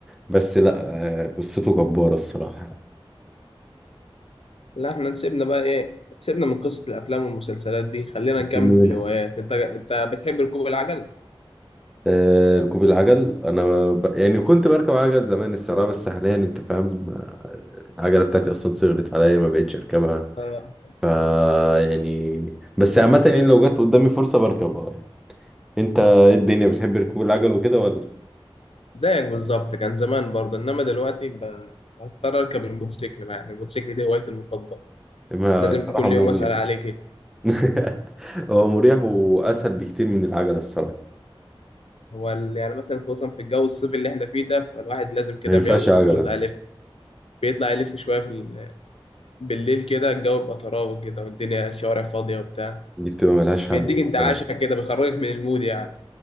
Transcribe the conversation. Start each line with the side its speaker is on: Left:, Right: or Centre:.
Centre: بس لا آه، قصته جباره الصراحه
Left: لا احنا نسيبنا بقى ايه سيبنا من قصة الافلام والمسلسلات دي خلينا نكمل
Centre: سيبنا منها
Left: في الهوايات انت انت بتحب ركوب العجل
Centre: آه، ركوب العجل انا ب... يعني كنت بركب عجل زمان الصراحه بس حاليا انت فاهم العجله بتاعتي اصلا صغرت عليا ما بقتش اركبها
Left: اه
Centre: ف يعني بس عامه يعني لو جت قدامي فرصه بركب اه يعني. انت ايه الدنيا بتحب ركوب العجل وكده ولا
Left: زيك بالظبط كان زمان برضه انما دلوقتي ب... بضطر اركب الموتوسيكل بقى. يعني الموتوسيكل دي هوايتي المفضلة
Centre: ما
Left: لازم
Centre: الصراحة
Left: كل
Centre: مريح
Left: يوم اسأل عليه كده
Centre: <laughs> هو مريح واسهل بكتير من العجلة الصراحة
Left: هو ال- يعني مثلا خصوصا في الجو الصيفي اللي احنا فيه ده فالواحد لازم كده
Centre: ما ينفعش
Left: بياخده
Centre: عجلة
Left: كده ويطلع يلف بيطلع يلف شويه في بالليل كده الجو بيبقى طراوة كده والدنيا الشوارع فاضية وبتاع
Centre: دي بتبقى ملهاش
Left: بيديك
Centre: حل
Left: انتعاشة
Centre: الصراحة.
Left: كده بيخرجك من المود يعني